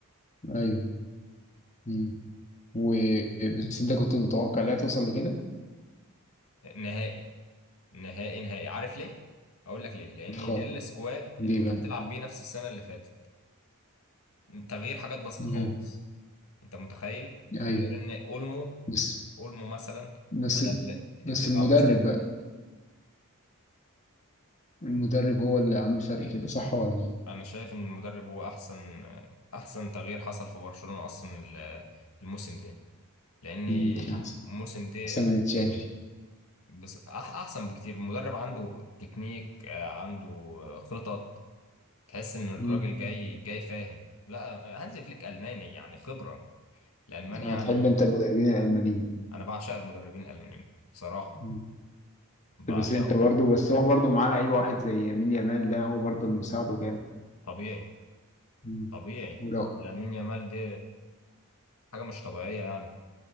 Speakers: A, on the left; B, on the left.
A: ايوه مم. و بس انت كنت متوقع لا توصل لكده
B: نهائي نهائي نهائي عارف ليه؟ أقول لك ليه لأن
A: خالص
B: ده السكواد
A: ليه
B: اللي أنت
A: بقى
B: بتلعب بيه نفس السنة اللي فاتت تغيير حاجات بسيطة
A: مم.
B: خالص أنت متخيل؟
A: ايوه
B: غير إن أولمو
A: بس
B: أولمو مثلا
A: بس
B: بدل
A: بس
B: الدفاع
A: المدرب
B: مثلا
A: بقى المدرب هو اللي عامل فرق كده صح ولا
B: انا شايف ان المدرب هو احسن احسن تغيير حصل في برشلونة اصلا ال- الموسم ده لان
A: مم. احسن
B: الموسم ده
A: احسن من تشافي
B: بس أح- احسن بكتير المدرب عنده تكنيك آه، عنده خطط تحس ان الراجل
A: مم.
B: جاي جاي فاهم لا هانز فليك الماني يعني خبرة الالماني
A: آه،
B: يعني
A: بتحب انت المدربين الالمانيين
B: انا بعشق المدربين الالمانيين بصراحة
A: مم.
B: بعشقه
A: بس انت برضه بس هو برضه معاه لعيب واحد زي يمين يامال ده هو برضه اللي مساعده جامد
B: طبيعي
A: مم.
B: طبيعي
A: ولو
B: لامين يامال ده حاجة مش طبيعية يعني